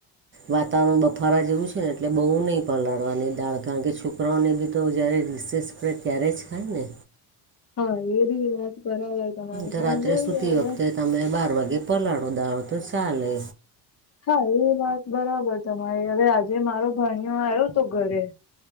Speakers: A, on the right; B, on the left.
A: વાતાવરણ બફારા જેવું છે ને એટલે બહુ નહિ પલાળવાની દાળ કારણ કે છુ. પ્રવનિધિ તો જ્યારે રિસેષ પડે ત્યારેજ ખાયને?
B: હા એબી એવાત બરાબર તમારી
A: તો
B: પણ
A: રાત્રે
B: જોઈએ
A: સુતી
B: હવે
A: વખતે તમે બાર વાગે પલાળો દાવો તો ચાલે
B: હા એ વાત બરાબર તમારે હવે આજે મારો ભણીઓ આવ્યો હતો ઘરે